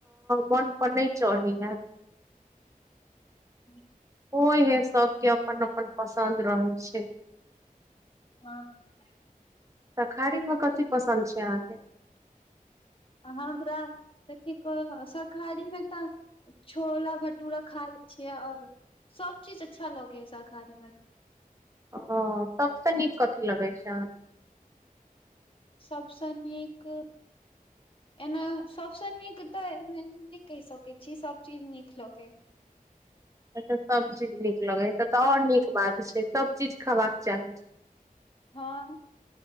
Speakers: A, on the right; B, on the left.
A: मन पर नहि चढ़े हैत
B: <unintelligible>
A: होइ हे सबके अपन अपन पसन्द रहै छैय
B: हँ
A: शाकाहारी मे कथी पसन्द छै अहाँके
B: हमरा कथी कहु शाकहारीमे तऽ छोला भटूरा खा ले छियै आओर सब चीज अच्छा लगे हय शाकाहारी मे
A: ओ सबसँ नीक कथि लगै छै
B: सबसँ नीक एना सबसँ नीक तऽ एमे एना नहि कहि सकैत छी सब चीज नीक लगे
A: अछा सब चीज नीक लगे तऽ आऔर नीक बात छै सब चीज खेबाके चाही
B: हँ